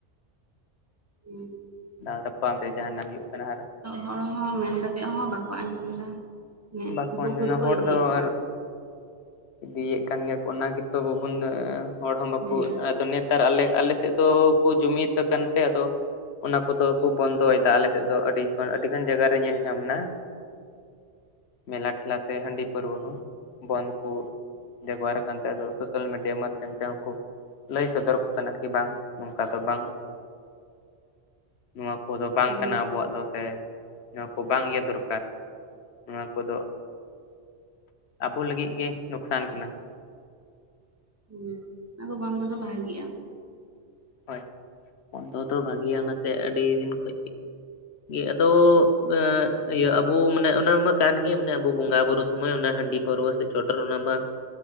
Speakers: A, on the right; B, on the left.
A: <unintelligible>
B: ᱫᱟᱞ ᱛᱟᱯᱟᱢ ᱛᱮ ᱡᱟᱦᱟᱱᱟᱜ ᱦᱩᱭᱩᱜ᱾ ᱠᱟᱱᱟ ᱟᱨ
A: ᱦᱚᱲ ᱦᱚᱸ ᱢᱮᱱ ᱠᱟᱛᱮᱜ ᱦᱚᱸ ᱵᱟᱠᱚ ᱟᱸᱡᱚᱢ ᱫᱟ,
B: ᱵᱟᱠᱚ
A: ᱩᱠᱩ
B: ᱟᱸᱡᱚᱢᱟ
A: ᱩᱠᱩ ᱛᱮᱠᱚ
B: ᱦᱚᱲ
A: ᱤᱫᱤᱭᱮᱫ
B: ᱫᱚ
A: ᱜᱮᱭᱟ
B: ᱟᱨ
A: ᱠᱚ᱾
B: ᱤᱫᱤᱭᱮᱫ ᱠᱟᱱ ᱜᱮᱭᱟ ᱠᱚ ᱚᱱᱟ ᱜᱮᱛᱚ ᱵᱟᱵᱚᱱ ᱦᱚᱲ ᱦᱚᱸ ᱵᱟᱠᱚ
A: ᱦᱮᱸ
B: ᱟᱫᱚ ᱱᱮᱛ ᱱᱮᱛᱟᱨ ᱟᱞᱮ ᱟᱞᱮᱥᱮᱫ ᱫᱚ ᱠᱚ ᱡᱩᱢᱤᱫ ᱠᱟᱱ ᱛᱮ ᱟᱫᱚ, ᱚᱱᱟ ᱠᱚᱫᱚ ᱠᱚ ᱵᱚᱱᱫᱚᱭᱮᱫᱟ ᱟᱞᱮ ᱥᱮᱫ ᱫᱚ ᱟᱹᱰᱤ ᱟᱹᱰᱤᱜᱟᱱ ᱡᱟᱭᱜᱟᱨᱮ ᱧᱮᱞ ᱧᱟᱢ ᱱᱟ᱾ ᱢᱮᱞᱟ ᱴᱷᱮᱞᱟ ᱥᱮ ᱦᱟᱺᱰᱤ ᱯᱟᱹᱨᱣᱟᱹ ᱦᱚᱸ ᱵᱚᱱᱫᱽ ᱠᱚ, ᱵᱮᱵᱦᱟᱨ ᱠᱟᱱᱛᱮ ᱟᱫᱚ ᱥᱳᱥᱭᱟᱞ ᱢᱤᱰᱤᱭᱟ ᱢᱟᱫᱽᱭᱚᱢ ᱛᱮ ᱦᱚᱸ ᱠᱩ᱾ ᱞᱟᱹᱭ ᱥᱚᱫᱚᱨ ᱟᱠᱚ ᱠᱟᱱᱟ ᱠᱤ ᱵᱟᱝ ᱱᱚᱝᱠᱟ ᱫᱚ ᱵᱟᱝ᱾ ᱱᱚᱣᱟ ᱠᱚᱫᱚ ᱵᱟᱝ
A: ᱦᱮᱸ
B: ᱠᱟᱱᱟ ᱟᱵᱚᱣᱟᱜ ᱫᱚ ᱥᱮ? ᱱᱚᱣᱟ ᱠᱚ ᱵᱟᱝ ᱜᱮ ᱫᱚᱨᱠᱟᱨ ᱱᱚᱣᱟ ᱠᱚᱫᱚ᱾ ᱟᱵᱚ ᱞᱟᱹᱜᱤᱜ ᱜᱮ ᱱᱩᱠᱥᱟᱱ ᱠᱟᱱᱟ᱾
A: ᱦᱩᱸ, ᱟᱫᱚ ᱵᱚᱱᱫᱚ ᱫᱚ ᱵᱷᱟᱜᱤᱜᱼᱟ᱾
B: ᱦᱳᱭ, ᱵᱚᱱᱫᱚ ᱫᱚ ᱵᱷᱟᱜᱮᱭᱟ ᱚᱱᱟᱛᱮ ᱟᱹᱰᱤ ᱫᱤᱱ ᱠᱷᱚᱡ, ᱜᱮ᱾ ᱟᱫᱚ ᱮ ᱤᱭᱟᱹ ᱟᱵᱚ ᱢᱟᱱᱮ ᱚᱱᱟ ᱢᱟ ᱠᱟᱱ ᱜᱮ ᱢᱟᱱᱮ ᱟᱵᱚ ᱵᱚᱸᱜᱟ ᱵᱩᱨᱩ, ᱥᱚᱢᱚᱭ ᱚᱱᱟ ᱦᱟᱺᱰᱤ ᱯᱟᱹᱨᱣᱟᱹ ᱥᱮ ᱪᱚᱰᱚᱨ ᱚᱱᱟᱢᱟ,